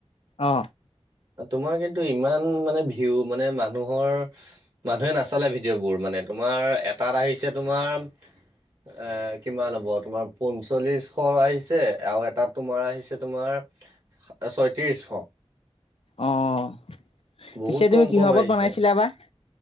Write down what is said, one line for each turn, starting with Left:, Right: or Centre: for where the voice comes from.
Left: অ
Right: তোমাৰ কিন্তু ইমান মানে ভিউ মানে মানুহৰ মানুহে নাচালে ভিডিঅ'বোৰ মানে তোমাৰ এটাত আহিছে তোমাৰ এ কিমান হ'ব তোমাৰ পঞ্চল্লিশশ আহিছে আও এটাত তোমাৰ আহিছে তোমাৰ ছয়ত্ৰিশশ
Left: অ পিছে
Right: বহুত
Left: তুমি
Right: কম
Left: কিহৰ
Right: কম
Left: ওপৰত
Right: আহিছে।
Left: বনাইছিলা বা